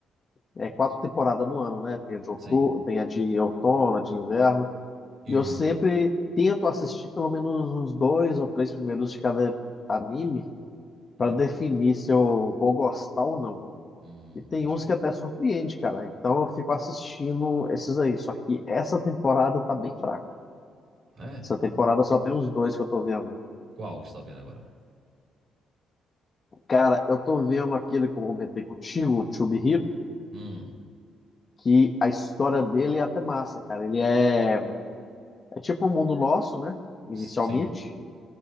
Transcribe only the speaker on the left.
é quatro temporadas no ano, né? Tem a de outono,
tem a de outono, a de inverno.
E eu sempre tento assistir pelo menos uns dois ou três primeiros de cada anime para
definir se eu vou gostar ou não.
E tem
uns que até surpreende, cara. Então eu fico assistindo esses aí. Só que essa temporada tá bem fraca.
Essa temporada só tem os dois que eu tô vendo.
Cara, eu tô vendo aquele que eu comentei contigo, o Tube
que a história dele é até massa, cara. Ele é, é tipo o mundo nosso, né? Inicialmente.